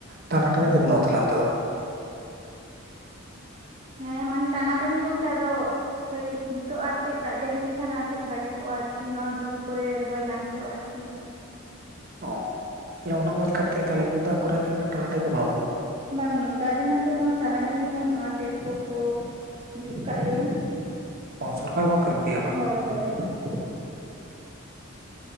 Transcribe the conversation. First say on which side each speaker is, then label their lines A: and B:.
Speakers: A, on the right; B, on the right.
A: ᱴᱟᱱᱟ ᱴᱟᱹᱱᱤ ᱫᱚ ᱵᱟᱹᱱᱩᱜ ᱛᱟᱦᱚᱞᱮ ᱚᱱᱛᱮ ᱫᱚ?
B: ᱦᱮᱸ ᱢᱟᱱᱮ ᱴᱟᱱᱟ ᱴᱟᱱᱤ ᱵᱚᱞᱛᱮ ᱟᱫᱚᱼᱼ ᱠᱟᱹᱡ ᱱᱤᱛᱚᱜ ᱟᱨ ᱠᱟᱹᱡ ᱫᱟᱜ ᱡᱟᱹᱲᱤ ᱞᱮᱠᱷᱟᱱ ᱟᱨ ᱠᱟᱹᱡ ᱵᱷᱟᱹᱜᱤ ᱠᱚᱜᱼᱟ ᱟᱨᱠᱤ, ᱱᱚᱣᱟ ᱜᱷᱩᱴᱩ ᱠᱚᱨᱮ ᱨᱚᱦᱚᱭ ᱜᱟᱱ ᱠᱚᱜᱼᱟ ᱟᱨᱠᱤ ᱾
A: ᱚ, ᱚᱱᱟ ᱵᱟᱫᱽ ᱠᱟᱛᱮ ᱛᱟᱦᱚᱞᱮ ᱧᱩ ᱫᱟᱜ ᱠᱚᱨᱮ ᱫᱚ ᱴᱟᱱᱟ ᱴᱟᱱᱤ ᱫᱚ ᱵᱟᱹᱱᱩᱜᱼᱟ?
B: ᱵᱟᱝ ᱧᱩ ᱫᱟᱜ ᱨᱮᱱᱟᱜ ᱫᱚ ᱠᱳᱱᱚ ᱴᱟᱱᱟ ᱴᱟᱹᱱᱤ ᱵᱟᱹᱱᱩᱜᱼᱟ, ᱴᱮᱯ ᱠᱚᱞ ᱠᱚ ᱡᱩᱛ ᱠᱟᱫ ᱞᱮᱭᱟ ᱾
A: ᱚ ᱥᱚᱨᱠᱟᱨ ᱠᱷᱚᱱ ᱦᱚᱸ ᱠᱚ ᱮᱢᱟ ᱯᱤᱭᱟ ᱵᱟᱝ?
B: ᱦᱳᱭ ᱦᱳᱭ ᱦᱳᱭ ᱾